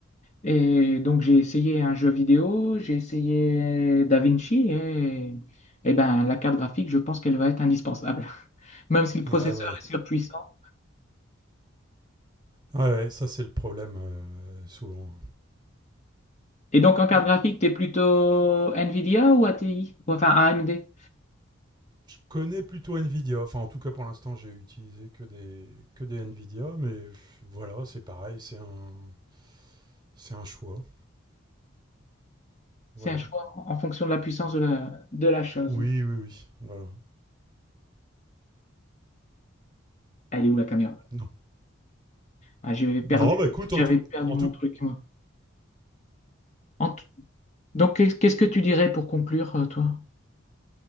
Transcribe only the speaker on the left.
Et donc j'ai essayé un jeu vidéo, j'ai essayé DaVinci et, et ben, la carte graphique, je pense qu'elle va être indispensable même si le processeur
est surpuissant.
Et donc, en carte
graphique, tu es plutôt NVIDIA ou ATI? Ou Enfin, AMD.
C'est un choix en en fonction de la puissance de la, de la chose.
Elle est où la caméra?
Ah, j'avais perdu,
j'avais
perdu
mon
truc, moi. En, Donc, qu'est- qu'est-ce que tu dirais pour conclure, euh, toi?